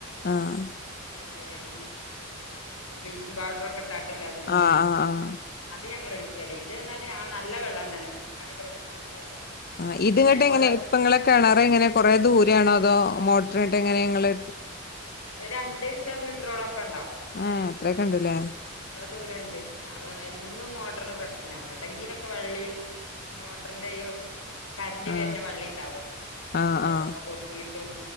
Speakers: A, on the left (about 45°); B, on the left (about 80°).
A: ആഹ് ആഹ്
B: മറ്റേ ഈ ബ്ലീച്ചിങ് പൌഡർ ഒക്കെ ഇട്ടാട്ടില്ല അതുണ്ടല്ലോ
A: ആഹ് ആഹ് ആഹ്
B: അത് ഞങ്ങൾ എടുക്കല്ലേ ഇത് പറഞ്ഞാ ഞങ്ങള് നല്ല വെള്ളം തന്നെ കുടിക്കാൻ ഒക്കെ പറ്റുന്ന നല്ല വെള്ളം
A: ആഹ് ഇതങ്ങോട്ട്
B: ഇതേപോലെ
A: എങ്ങനെ ഇപ്പങ്ങളെ കിണാറ് ഇങ്ങനെ കൊറെ ദൂരെ ആണോ അതോ മോട്ടർ ഇട്ട എങ്ങനെ ഇങ്ങള്
B: ഒരണ്ട് കിലോമീറ്ററോളം ഒക്കെ ഉണ്ടാവും
A: ഏഹ് അത്രയൊക്കെ ഉണ്ടല്ലേ
B: അത്ര ദൂരണ്ട് അത് വന്ന് എൻ ഒന്നും മോട്ടറിന് പ്രശ്ന എവിടെങ്കിലൊക്കെ വെള്ളി ഈ മോട്ടറിന്റെ ഈ കറന്റ്‌
A: ആ
B: വരുന്ന വള്ളി ഉണ്ടാവല്ലോ
A: ആ
B: അവിടെ
A: ആ
B: അപ്പൊട്ടിയിട്ടും